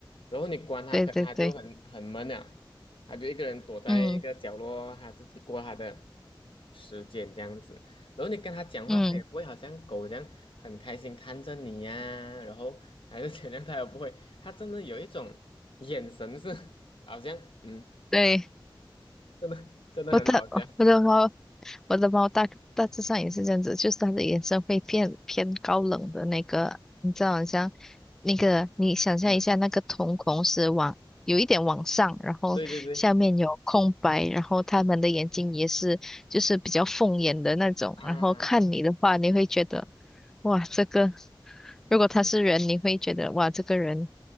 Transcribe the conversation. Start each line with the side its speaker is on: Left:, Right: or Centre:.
Left: 然后你关他，
Centre: 对对对，
Left: 可能他就很很闷了，他就一个人躲在一个角落，
Centre: 嗯
Left: 他自己过他的时间这样子。然后你跟他讲话，
Centre: 嗯
Left: 他也不会好像狗这样很开心看着你呀、然后还是怎样，他也不会，他真的有一种眼神是 <laughs> 好像嗯，
Centre: 对。
Left: 真的真的很好笑，
Centre: <laughs> 我的哦我的猫，我的猫大大致上也是这样子，就是它的眼神会偏偏高冷的那个，你知道，好像那个，你想象一下，
Left: 嗯，
Centre: 那个瞳孔是往有一点往上，然后下面有空白，
Left: 对对对
Centre: 然后它们的眼睛也是就是比较凤眼的那种，
Left: 啊。
Centre: 然后看你的话，你会觉得哇，这个如果他是人，你会觉得哇，这个人